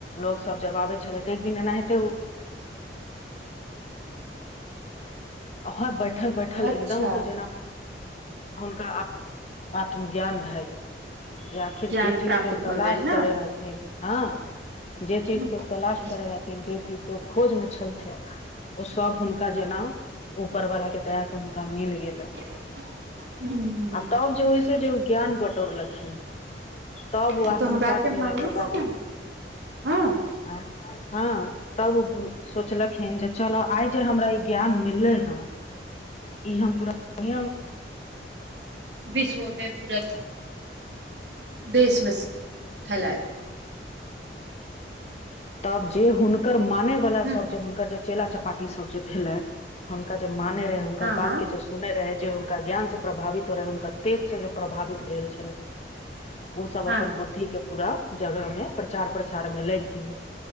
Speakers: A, on the left; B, on the right.
A: लोग सभ जब आबे छले तऽ एक दिन एना हेते। आर बैठल बैठल
B: अच्छा
A: एकदमसे जेना। हुनका आत्मज्ञान भए गेलन। आखिर
B: ज्ञान
A: जे चीजके
B: प्राप्त
A: ओ
B: भऽ
A: तलाश
B: गेल ने
A: करै रहथिन, हँ। जे चीजके
B: ह
A: तलाश करै रहथिन जे चीजके ओ खोजमे छलथिन। ओ सभ हुनका जेना ऊपर वालाके दयासे हुनका मिल गेले।
B: <unintelligible> हूँ।
A: आ तब जे होइस जे ओ ज्ञान बतोर लखिन तब ओ
B: ई
A: आत्मसात
B: तो हमरा आरके
A: भेलाके
B: मालूम
A: बाद
B: है ने हँ
A: हँ। तब सोचलखिन जे चल आइ जे हमरा ई ज्ञान मिलले हूँ। ई, हम पूरा दुनिया।
B: विश्वमे पूरा देशमे फैलाय।
A: तब जे हुनकर माने वला
B: ह
A: सभ जे हुनकर जे। चेला चपाटी सभ जे भेलै हुनका जे माने रहै हुनकर
B: हँ हँ
A: बात के जे। सुनै रहै जे हुनका ज्ञान से प्रभावित हो रहै हुनकर तेज से जे प्रभावित भेल छलै। ओ सब
B: हँ
A: अपन बुद्धि के पूरा जगह मे प्रचार प्रसार मे लाग गेल